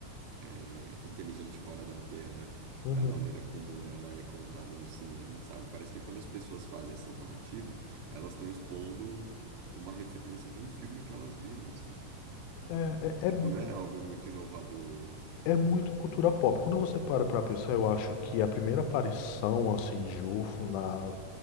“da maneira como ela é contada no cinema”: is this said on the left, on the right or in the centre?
Right